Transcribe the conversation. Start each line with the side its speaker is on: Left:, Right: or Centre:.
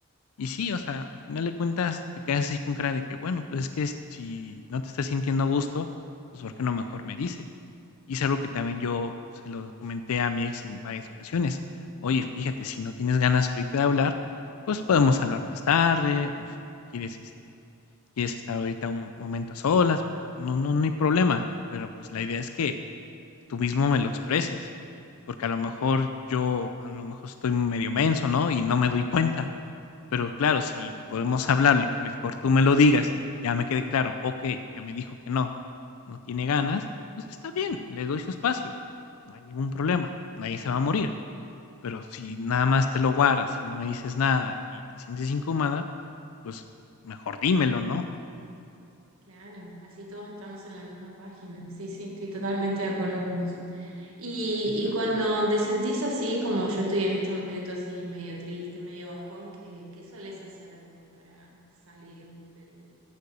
Left: y sí, o sea, al final de cuentas te quedas así con cara de que, bueno, pues es que si no te estás sintiendo a gusto, pues ¿por qué no mejor me dices? Y es algo que también yo se lo comenté a mi ex en varias ocasiones. Oye, fíjate, si no tienes ganas ahorita de hablar, pues podemos hablar más tarde, o si quieres, este, quieres estar ahorita un momento a solas, pues no, no, no hay problema. Pero pues la idea es que tú mismo me lo expreses, porque a lo mejor yo, a lo mejor estoy medio menso, ¿no? Y no me doy cuenta pero claro, si
Right: <laughs>
Left: podemos hablarlo y que mejor tú me lo digas y ya me quede claro, okey, ya me dijo que no, no tiene ganas, pues está bien, le doy su espacio, no hay ningún problema, nadie se
Right: Claro,
Left: va a morir. Pero si nada más te lo guardas y no me dices nada y te sientes incómoda, pues mejor dímelo, ¿no?
Right: claro, así todos estamos en la misma página. Sí, sí, estoy totalmente de acuerdo con vos. Y,
Left: Exacto.
Right: y cuando te sentís así, como yo estoy en este momento, así medio triste, medio bajón, ¿qué, qué solés hacer como para salir del,